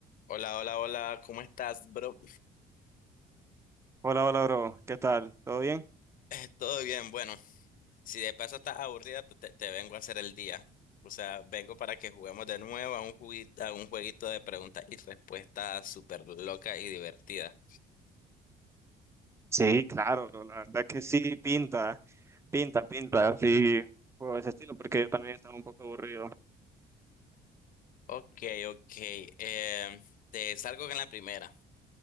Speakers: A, on the left; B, on the right.
A: Hola, hola, hola, ¿cómo estás, bro?
B: Hola, hola, bro. ¿Qué tal? ¿Todo bien?
A: Eh, todo bien, bueno, si de paso estás aburrida, te, te- te vengo a hacer el día. O sea, vengo para que juguemos de nuevo a un juguito, a un jueguito de preguntas y respuestas súper loca y divertida.
B: Sí, claro, bro, La verdad que sí, pinta, pinta, pinta, así, por ese estilo, porque yo también estaba un poco aburrido.
A: Ok, ok, eh, te salgo con la primera,